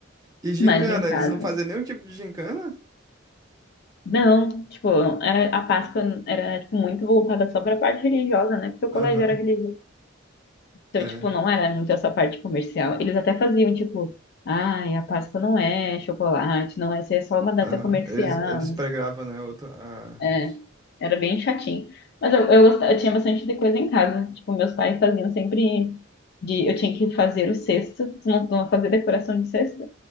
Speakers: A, on the right (about 20°); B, on the left (about 55°).
A: E gincana,
B: Mas em casa.
A: eles não faziam nenhum tipo de gincana?
B: Não, tipo, era, a Páscoa era tipo, muito voltada só pra parte religiosa, né? Porque o colégio
A: Aham.
B: era religioso. Então,
A: é.
B: tipo, não era muito essa parte comercial. Eles até faziam, tipo, ai, a Páscoa não é chocolate, não é, isso é só uma data
A: Aham.
B: comercial.
A: Eles, eles
B: mas-
A: pregravam, né? Outra arte.
B: É, era bem chatinho. Mas eu, eu, gostava- eu tinha bastante de coisa em casa. Tipo, meus pais faziam sempre de, eu tinha que fazer o cesto. Tu não, tu não fazia decoração de cesto?